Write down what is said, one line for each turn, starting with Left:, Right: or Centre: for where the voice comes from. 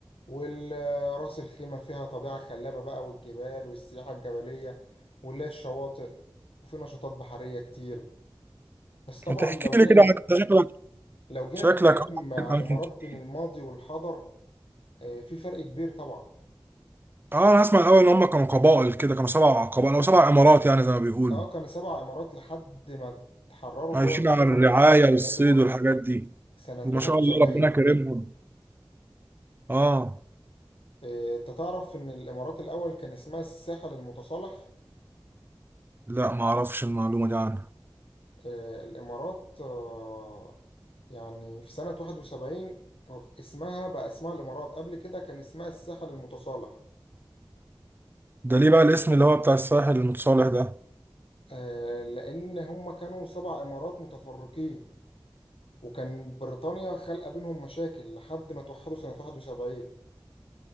Left: والراس الخيمة فيها طبيعة خلابة بقى والجبال والسياحة الجبلية واللي هي الشواطئ وفي نشاطات بحرية كتير بس طبعا
Right: ما تحكي
Left: لو جينا
Right: لي كده
Left: نك...
Right: عن أنت شكلك
Left: لو جينا
Right: شكلك
Left: نتكلم
Right: اه عارف
Left: على
Right: الأماكن
Left: الإمارات
Right: كتير.
Left: بين الماضي والحاضر آه، في فرق كبير طبعا
Right: اه انا اسمع الاول ان هم كانوا قبائل كده كانوا سبع قبائل او سبع امارات يعني زي ما بيقولوا
Left: اه كان سبع إمارات لحد ما تحرروا
Right: عايشين
Left: اللي هو اللي
Right: على الرعايه
Left: عمل
Right: والصيد
Left: العيد الوطني
Right: والحاجات دي
Left: سنة
Right: ما
Left: 71
Right: شاء الله ربنا كرمهم اه
Left: آه، انت تعرف ان الامارات الاول كان اسمها الساحل المتصالح
Right: لا ما اعرفش المعلومة دي عنها
Left: آه، الإمارات آه، يعني في سنة 71 اسمها بقى اسمها الإمارات قبل كده كان اسمها الساحل المتصالح
Right: ده ليه بقى الاسم اللي هو بتاع الساحل المتصالح ده
Left: آه، لأن هم كانوا سبع إمارات متفرقين وكان بريطانيا خلق بينهم مشاكل لحد ما توحدوا سنة 71